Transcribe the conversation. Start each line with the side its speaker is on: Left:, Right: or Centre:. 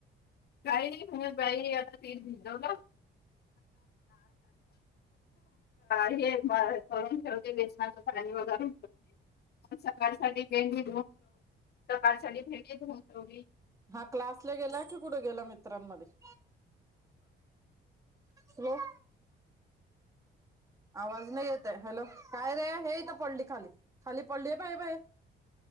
Left: काही म्हण बाई आता ती भिजवलं हे म करून ठेवते बेसनाच पाणी वगर सकाळसाठी गे पाळ साली भेटेत होतो
Right: हा क्लासला गेला की पुढे गेला मी मित्रांमध्ये ह आवाज नाही येतय हॅलो काय रे हे यथ पडली खाली खाली पडली बा हे बा